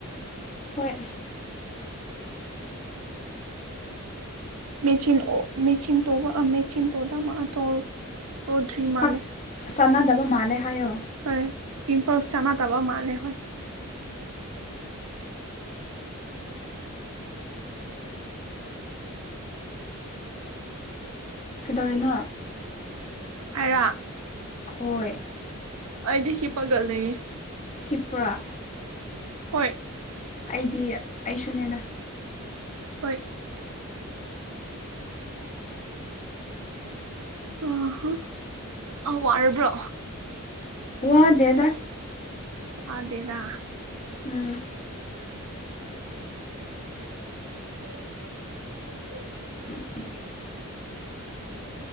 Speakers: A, on the left; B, on the right.
A: ꯍꯣꯏ
B: ꯃꯦꯆꯤꯟ ꯃꯦꯆꯤꯟ <inaudible> ꯃꯦꯆꯤꯟ ꯇꯣꯗ ꯃꯥ ꯇꯧ ꯇꯧꯗ꯭ꯔꯤ ꯃꯥꯜꯂꯦ
A: ꯄꯥꯛ ꯆꯥꯟꯅꯗꯕ ꯃꯥꯜꯂꯦ ꯍꯥꯏꯌꯣ
B: ꯍꯣꯏ ꯄꯤꯝꯄꯜꯁ ꯆꯥꯅꯗꯕ ꯃꯥꯜꯂꯦ ꯍꯣꯏ <inaudible>
A: ꯀꯩꯗꯧꯔꯤꯅꯣ
B: ꯑꯩꯔꯥ
A: ꯍꯣꯏ
B: ꯑꯩꯗꯤ ꯍꯤꯞꯄꯒ ꯂꯩꯌꯦ
A: ꯍꯤꯞꯃ꯭ꯔ
B: ꯍꯣꯏ
A: ꯑꯩꯗꯤ ꯑꯩꯁꯨꯅꯦꯗ
B: ꯍꯣꯏ ꯑ ꯍ ꯋꯥꯔꯕ꯭ꯔꯣ
A: ꯋꯥ ꯗꯦꯗꯥ
B: ꯋꯥꯗꯦꯗ
A: ꯎꯝ
B: <inaudible>
A: <inaudible>